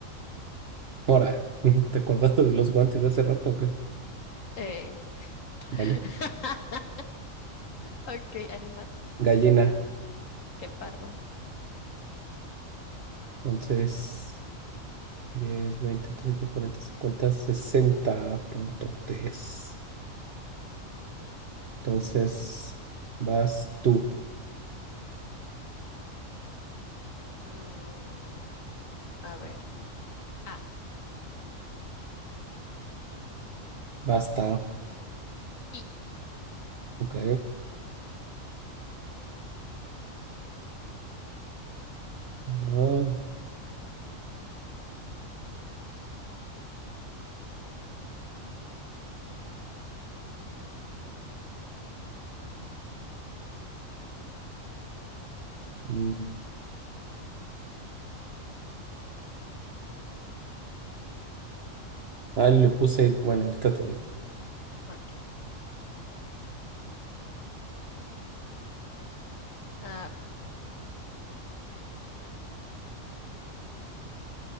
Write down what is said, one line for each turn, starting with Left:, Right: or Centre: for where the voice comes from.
Right: Ahora, <laughs> ¿te acordaste de los guantes de hace rato o qué?
Left: Eh. <laughs>
Right: Vale.
Left: Ok, animal,
Right: Gallina.
Left: que pardo.
Right: Entonces, diez veinte treinta cuarenta cincuenta 60 punto
Left: Ujú.
Right: tres. Entonces, vas tú.
Left: Mm, a ver. Ah,
Right: Basta.
Left: y
Right: Ok. Ah, mm, ah, le puse, bueno, ahorita te digo.
Left: Ok. Ah,